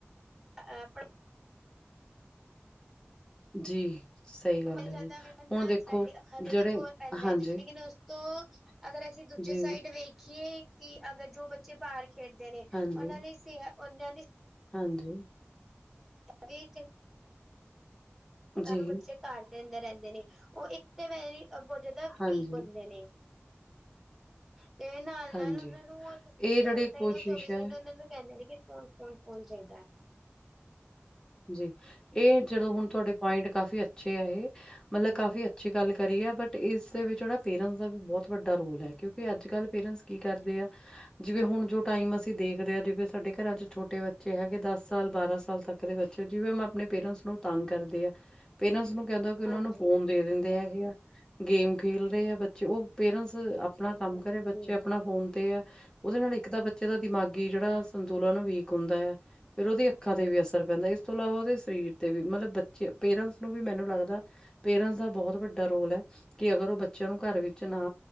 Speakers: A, in the centre; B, on the left.
A: <inaudible>
B: ਜੀ। ਸਹੀ ਗੱਲ
A: ਬਲ
B: ਹੈ
A: ਜਾਦਾ
B: ਜੀ,
A: ਵੇਖਨ
B: ਹੁਣ
A: ਨਾਲ
B: ਦੇਖੋ
A: ਸਾਡੀ ਅੱਖਾਂ ਦੇ
B: ਜਿਹੜੇ
A: ਵੀ ਜੋਰ ਪੈਂਦੈ
B: ਹਾਂਜੀ,
A: ਲੇਕਿਨ ਓਸ ਤੋ ਅਗਰ ਅਸੀ ਦੂਜੇ
B: ਜੀ,
A: ਸਾਈਡ ਵੇਖੀਏ ਕਿ ਅਗਰ ਜੋ ਬੱਚੇ ਬਾਰ ਖੇਡਦੇ ਨੇ
B: ਹਾਂਜੀ,
A: ਓਨਾ ਲਈ ਸੇ ਓਨਾ ਦੀ
B: ਹਾਂਜੀ।
A: <unintelligible> ਸਾਰੇ
B: ਜੀ,
A: ਬੱਚੇ ਘਾੱਰ ਦੇ ਅੰਦਰ ਰੈਂਦੇ ਨੇ ਓ ਇੱਕ ਤੇ ਵੈਰੀ ਬੋਤ ਜਾਦਾ ਵੀਕ
B: ਹਾਂਜੀ,
A: ਓਂਦੇ ਨੇ ਤੇ ਨਾਲ-ਨਾਲ
B: ਹਾਂਜੀ,
A: ਓਨਾ ਨੂੰ ਕਿਸੇ ਚੀਜ
B: ਇਹ
A: ਦਾ
B: ਜਿਹੜੀ
A: ਆਉਂਦਾ
B: ਕੋਸ਼ਿਸ਼
A: ਈ ਨੀ ਓ ਚੌਵੀਸ
B: ਹੈ
A: ਘੰਟੇ ਓਨਾ ਨੂੰ ਕੈਂਦੇ ਨੇ ਕਿ ਫੋਨ ਕੌਨ- ਕੌਨ ਚਾਈਦੈ।
B: ਜੀ ਐ ਜਦੋਂ ਹੁਨ ਤੁਹਾਡੇ ਪੁਆਇਂਟ ਕਾਫੀ ਅੱਛੇ ਆ ਇਹ ਮਤਲਬ ਕਾਫੀ ਅੱਛੀ ਗਾੱਲ ਕਰੀ ਐ ਬਟ ਟ ਇਸ ਦੇ ਵਿੱਚ ਪੇਰੈਂਟਸ ਦਾ ਵੀ ਬੋਤ ਵੱਡਾ ਰੋਲ ਐ ਕਿਯੋਕਿ ਆੱਜ-ਕਾੱਲ ਪੇਰੈਂਟਸ ਕੀ ਕਰਦੇ ਆ ਜਿਵੇਂ ਹੋਨ ਜੋ ਟਾਈਮ ਅਸੀ ਦੇਖਦੇ ਹਾਂ ਜਿਵੇ ਸਾਡੇ ਘਰਾਂ ਚ ਛੋਟੇ ਬੱਚੇ ਹੈਗੇ ਦਾੱਸ ਸਾਲ ਬਾਰਾਂ ਸਾਲ ਤੱਕ ਕਦੇ ਬੱਚੇ ਜਿਵੇ ਅਮ ਅਪਨੇ ਪੇਰੈਂਟਸ ਨੂੰ ਤੰਗ ਕਰਦੇ ਆ ਪੇਰੇਂਸ ਨੂੰ ਕੈਦੋ ਕਿ ਉਨਾ
A: ਹਾਂਜੀ
B: ਨੂੰ ਫੋਨ ਦੇ ਦੇਂਦੇ ਹੈਗੇ ਆ ਗੇਮ ਖੇਲ ਰਏ ਆ ਬੱਚੇ ਓ ਪੇਰੇਂਸ ਅਪਨਾ
A: ਹਾਂਜੀ
B: ਕਾੱਮ ਕਰੇ ਬੱਚੇ
A: ਜੀ
B: ਆਪਣਾ ਫੋਨ ਤੇ ਐ, ਓਦੇ ਨਾਲ ਇੱਕ ਤਾਂ ਬੱਚੇ ਦਾ ਦਿਮਾਗੀ ਜੜਾ ਸੰਤੁਲਨ ਓ ਵੀਕ ਓਂਦਾ ਯੈ। ਫੇਰ ਓਦੀ ਅੱਖਾਂ ਤੇ ਵੀ ਅਸਰ ਪੈਂਦਾ ਇਸ ਤੋਂ ਇਲਾਵਾ ਓਦੇ ਸਰੀਰ ਤੇ ਵੀ ਮਤਲਬ ਬੱਚੇ ਪੇਰੇਂਸ ਨੂੰ ਵੀ ਮੈਨੂੰ ਲੱਗਦਾ ਪੇਰੇਂਸ ਦਾ ਬੋਤ ਵੱਡਾ ਰੋਲ ਐ ਕਿ ਅਗਰ ਓ ਬੱਚੇਆਂ ਨੂੰ ਘਾੱਰ ਵਿੱਚ ਨਾ